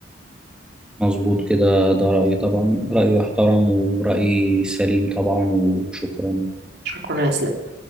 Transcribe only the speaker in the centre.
مظبوط كده ده رأيي طبعا رأيي يحترم ورأيي سليم طبعا وشكرا